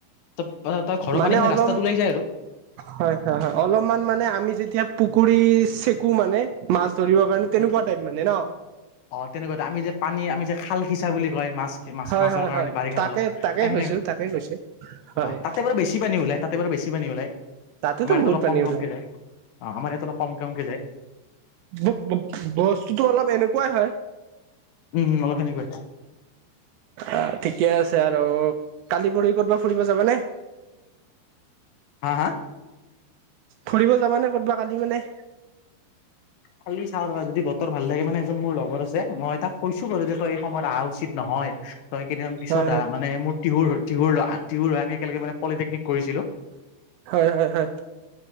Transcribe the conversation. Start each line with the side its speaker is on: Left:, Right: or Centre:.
Left: ত তই ঘৰৰ
Right: মানে
Left: পানী খিনি
Right: অলপ
Left: ৰাস্তাত ওলাই যায় আৰু।
Right: হয় হয় হয়। অলমান মানে আমি যেতিয়া পুখুৰী চেকো মানে, মাছ ধৰিব মান তেনেকুৱা
Left: উম,
Right: টাইপ মানে ন?
Left: অ তেনেকুৱাটো। আমি যে পানী আমি যে খাল সিচা বুলি কয় মাছ। মাছ
Right: হয়
Left: মাছৰ
Right: হয়
Left: কাৰণে
Right: হয়
Left: বাৰিষা
Right: তাকে
Left: কালত।
Right: তাকে
Left: এখিনি
Right: কৈছো তাকে কৈছো হয়
Left: অ তাতে বাৰু বেছি পানী ওলাই। তাতে বাৰু বেছি পানী ওলাই।
Right: তাতেতো
Left: আমাৰ ইয়াত
Right: বহুত
Left: অলপ
Right: পানী
Left: কম
Right: ওলাই
Left: কমকে যায়। অ আমাৰ ইয়াত অলপ কম কমকে যায়।
Right: <unintelligible> বস্তুটোটো অলপ এনেকুৱাই হয়।
Left: উম উম অলপ সেনেকুৱাই।
Right: অ ঠিকে আছে আৰু। কালি পৰখি ক'তবা ফুৰিব যাবানে?
Left: হাঁ হাঁ!
Right: ফুৰিব যাবানে ক'তবা কালি মানে?
Left: কালি চাও ৰবা। যদি বতৰ ভাল লাগে মানে এজন মোৰ লগৰ আছে। মই তাক কৈছো বাৰু যে, তই এই সময়ত আহা উচিত নহয়। তই কেইদিনমান পিছত
Right: হয় হয়
Left: আহ। মানে মোৰ তিহুৰ তিহুৰ তিহুৰ আমি একেলগে মানে পলিটেকনিক কৰিছিলো।
Right: হয়ঁ হয়ঁ হয়ঁ।